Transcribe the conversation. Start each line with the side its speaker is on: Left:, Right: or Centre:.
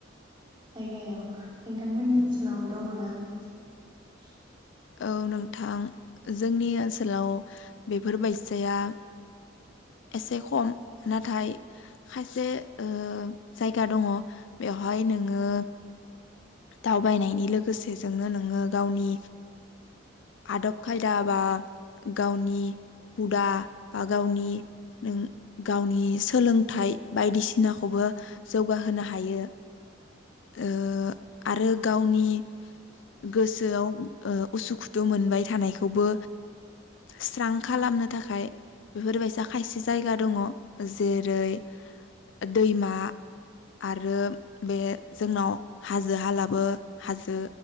Right: जायगायाव नोंथांमोननि ओनसोलाव दङ'ना? <inaudible>
Left: औ नोंथां जोंनि ओनसोलाव बेफोरबायसाया एसे खम नाथाय खायसे ओ जायगा दङ' बेवहाय नोङो दावबायनायनि लोगोसेजोंनो नोङो गावनि आदब खायदा बा गावनि हुदा बा गावनि नों गावनिस सोलोंथाइ बायदिसि नाखौबो जौगाहोनो हायो ओ आरो गावनि गोसोआव ओ उसुखुथु मोनबाय थानायखौबो स्रां खालामनो थाखाय बेफोरबायसा खायसे जायगा दङ' जेरै दैमा आरो बे जोंनाव‌ हाजो हालाबो हाजो